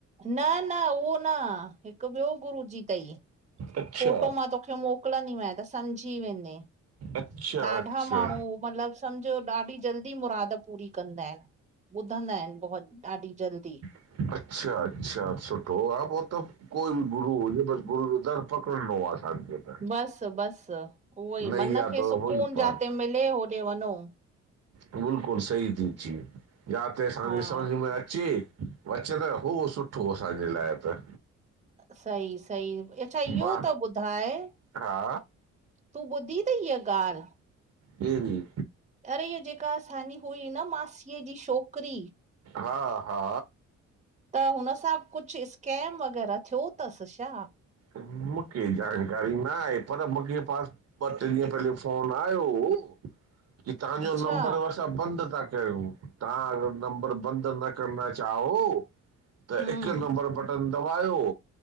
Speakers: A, on the right; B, on the right.
A: न-न उहो न, हिकु ॿियो गुरू जी थई,
B: अच्छा
A: फोटो मां तोखे मोकलंदीमें त समझी वेंदे,
B: अच्छा
A: ॾाढा
B: अच्छा
A: माण्हू मतलब समझो, ॾाढी जल्दी मुराद पूरी कंदा आहिनि, ॿुधंदा आहिनि, बहुत ॾाढी जल्दी।
B: अच्छा, अच्छा! सुठो आ उओ त? कोई बि गुरू हुजे, बसि गुरू जो दर पकड़िणो आ असांखे। त
A: बसि-बसि उहो ई,
B: नैया
A: मन खे
B: त
A: सुकून
B: हुई पार
A: जाते मिले होॾे वनो।
B: बिल्कुलु सही थी चईं, जाते असांखे
A: हा
B: समझ में अ चे वचन उहो सुठो, असांजे लाइ त।
A: सई-सई, अच्छा इहो
B: बा
A: त ॿुधाए?
B: हा
A: तूं ॿुधी थई हीअ ॻाल्हि?
B: केहड़ी?
A: अरे! ईए जेका असांजी हुई न, मासीअ जी शोकिरी?
B: हा, हा।
A: त हुन सां कुछ, स्कैम वग़ैरह थियो थसि छा?
B: मूंखे जानकारी न आहे, पर मूंखेे पास ॿ, टे, ॾींहं पहले फोन आयो हो, की तहांजो
A: अच्छा
B: नंबर त बंदि था कयूं। तहां नंबर बंदि न करण चाहो त त
A: हम्म
B: इकु नंबर बटन दॿायो,